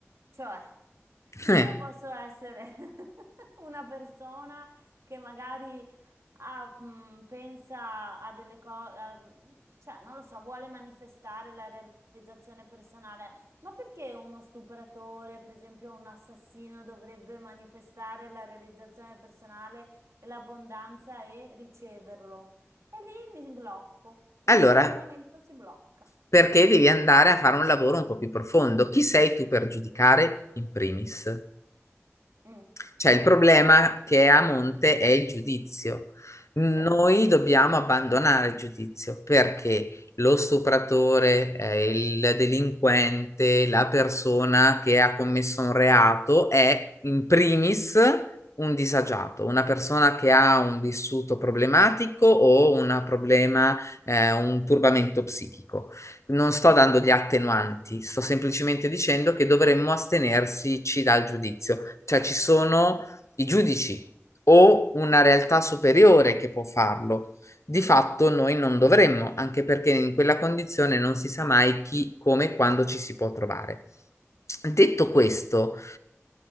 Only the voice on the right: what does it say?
Cioè. Io
posso essere <laughs> una persona che magari ha, mh, pensa a delle cose, cioè non lo so, vuole manifestare la realizzazione personale, ma perché uno stupratore, per esempio un assassino, dovrebbe manifestare la realizzazione personale e l'abbondanza e riceverlo? E lì mi blocco, il
mio ragionamento si blocca.
Mm,
ok,
sì.